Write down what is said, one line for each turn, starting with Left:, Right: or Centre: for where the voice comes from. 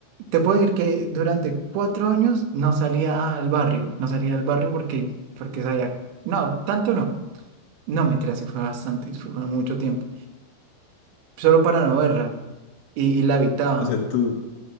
Right: Te puedo decir que durante cuatro años no salía al barrio, no salía al barrio porque, porque sabía, no, tanto no, no, mentira, sí fue bastante, fue fue mucho tiempo, solo para no verla y, y la habitaba.
Left: O sea, tú,